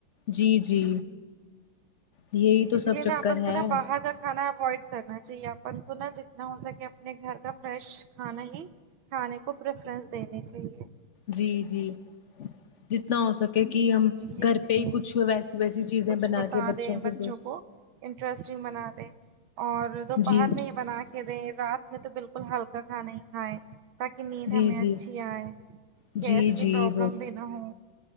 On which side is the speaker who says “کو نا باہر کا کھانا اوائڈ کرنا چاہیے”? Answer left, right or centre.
Right